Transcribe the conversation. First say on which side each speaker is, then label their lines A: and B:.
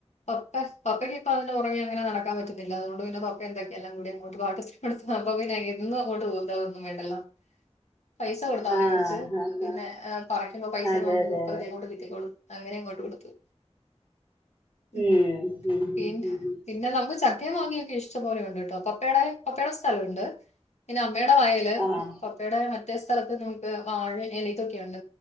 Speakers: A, on the left (about 90°); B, on the left (about 50°).
A: പപ്പ പപ്പയ്ക്ക്പ്പ അതിൻ്റെ പുറകെ അങ്ങനെ നടക്കാൻ പറ്റത്തില്ല അതുകൊണ്ട് പിന്നെ പപ്പ എന്താക്കെ എല്ലാം കൂടി അങ്ങോട്ട് പാട്ട <unintelligible> സംഭവം പിന്നെ എന്നും അങ്ങോട്ട ഊന്തലൊന്നും വേണ്ടല്ലോ പൈസ കൊടുത്താ മതിയെ
B: ആഹ്
A: കൊറച്ച്
B: ആഹ്
A: പിന്നെ
B: ആഹ്
A: പറിക്കുമ്പോ പൈസ
B: അതെ
A: നമുക്ക്
B: അതെ അതെ
A: പകുതിയങ്ങോട്ട് കിട്ടിക്കോളും അങ്ങനെയങ്ങോട്ടു കൊടുത്തു മ്ഹ്
B: ഉം ഉം ഉം
A: പിന്നെ
B: ഉം ഉം
A: പിന്നെ നമ്മള് ച ക്കയും മാങ്ങയൊക്കെ ഇഷ്ടം പോലെ ഉണ്ട് കേട്ടോ പപ്പയുടെ പപ്പയുടെ സ്ഥലമുണ്ട് പിന്നെ അമ്മയുടെ വയല്
B: ആഹ്
A: പ്പേടെ മറ്റേ സ്ഥലത്ത് നമുക്ക് വാഴ എലിതൊക്കെ ഉണ്ട്